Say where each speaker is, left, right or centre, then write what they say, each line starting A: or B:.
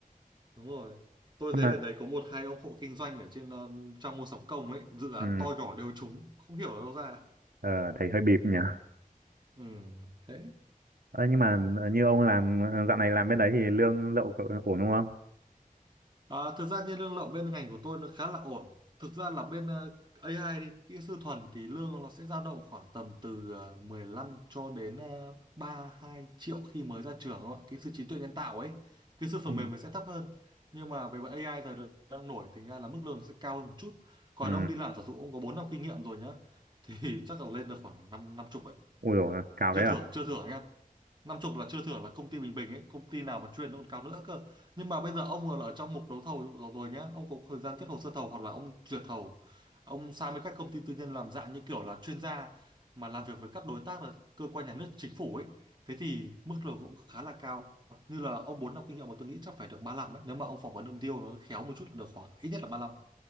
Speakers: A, on the right; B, on the right.
A: Đúng rồi. Tôi
B: Không
A: thấy
B: mà
A: ở đấy có một hai ông hộ kinh doanh ở trên ờ, trang mua sắm công ấy, dự án
B: Ừ.
A: to nhỏ đều trúng, không hiểu ở đâu ra.
B: Ờ, thấy hơi bịp nhỉ.
A: Ừ, thế.
B: Ờ, nhưng mà ờ, như ông làm ờ, dạo này làm bên đấy thì lương lậu cậu ổn đúng không?
A: Ờ, thực ra như lương lậu bên ngành của tôi nó khá là ổn. Thực ra là bên ờ, AI đi, kỹ sư thuần thì lương nó sẽ dao động khoảng tầm từ ờ, 15 cho đến ờ, 32 triệu khi mới ra trường không ạ? Kỹ sư trí tuệ nhân tạo ấy, kỹ sư phần
B: Ừ.
A: mềm mình sẽ thấp hơn. Nhưng mà về mặt AI giờ đang đang nổi thì ra là mức lương nó sẽ cao hơn một chút. Còn
B: Ừ.
A: ông đi làm giả dụ ông có 4 năm kinh nghiệm rồi nhá thì <laughs> chắc là lên được khoảng 5 năm chục ấy
B: Ui dồi, cao
A: chưa
B: thế à?
A: thưởng chưa thưởng nhá năm chục là chưa thưởng là công ty bình bình ấy công ty nào mà chuyên nó còn cao nữa cơ nhưng mà bây giờ ông còn ở trong mục đấu thầu rồi rồi nhá ông có thời gian kết hồ sơ thầu hoặc là ông duyệt thầu ông sang với các công ty tư nhân làm dạng như kiểu là chuyên gia mà làm việc với các đối tác là cơ quan nhà nước chính phủ ấy thế thì mức lương cũng khá là cao như là ông 4 năm kinh nghiệm mà tôi nghĩ chắc phải được 35 ấy nếu mà ông phỏng vấn ông deal nó khéo một chút là được khoảng ít nhất là 35